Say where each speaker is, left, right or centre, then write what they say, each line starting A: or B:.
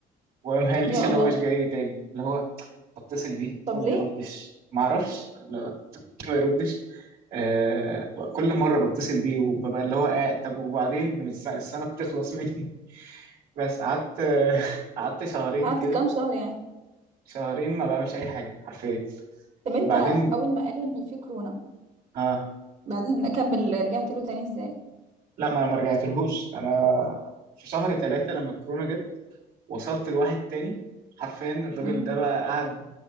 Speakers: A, on the right; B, on the right.
A: وما قاليش
B: يا
A: اللي
B: الله
A: هو مش جاي تاني اللي هو بتصل بيه
B: طب
A: هو ما
B: ليه
A: بيردش ما اعرفش لا ليه <laughs> ما يردش آه كل مره بتصل بيه وببقى اللي هو آه طب وبعدين الس- السنه بتخلص مني <laughs> بس قعدت آه، <laughs> قعدت شهرين
B: قعدت
A: كده
B: كام شهر يعني
A: شهرين ما بعملش اي حاجه حرفيا
B: طب انت
A: بعدين
B: اول ما قالوا ان في كورونا
A: اه
B: بعدين اكمل رجعت له تاني ازاي
A: لا ما انا ما رجعتلهوش انا في شهر ثلاثة لما الكورونا جت وصلت لواحد تاني حرفيا الراجل
B: امم
A: ده بقى قعد